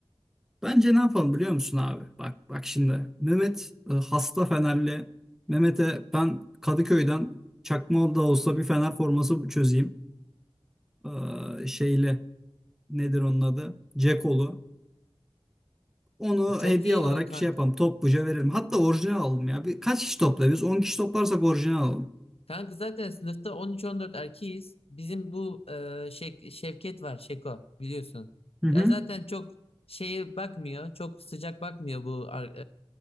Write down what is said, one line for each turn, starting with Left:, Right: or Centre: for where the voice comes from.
Centre: Bence ne yapalım biliyor musun abi? Bak bak şimdi Mehmet e, hasta Fenerli. Mehmet'e ben Kadıköy'den çakma da olsa bir Fener forması çözeyim. Ee, şeyli nedir onun adı? Cekolu. Onu
Left: Ya Çok
Centre: hediye
Left: iyi
Centre: olarak
Left: o kanka.
Centre: şey yapalım. Topluca veririm. Hatta orijinal alalım ya. Bir, kaç kişi toplarız? 10 kişi toplarsak orijinal alalım.
Left: Kanka zaten sınıfta 13-14 erkeğiz. Bizim bu e, Şek- Şevket var, Şeko biliyorsun.
Centre: Hı hı.
Left: Ya zaten çok şeye bakmıyor, çok sıcak bakmıyor bu ar-